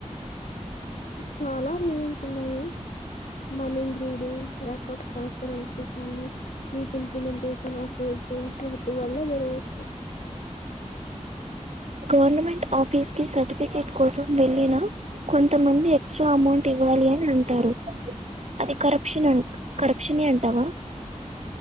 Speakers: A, on the left; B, on the right.
A: చాలా రీజన్స్ ఉన్నాయి మనీగ్రీడు ల్యాక్ఆఫ్ ట్రాన్స్పరెన్సీ కానీ వీక్ ఇంప్లిమెంటేషన్ ఆఫ్ రూల్స్ వాటి వల్ల జరగవచ్చు
B: గవర్నమెంట్ ఆఫీస్కి సర్టిఫికేట్ కోసం వెళ్ళిన కొంతమంది ఎక్స్ట్రా అమౌంట్ ఇవ్వాలి అని అంటారు అది కరప్షన్ అన్ కరప్షనే అంటావా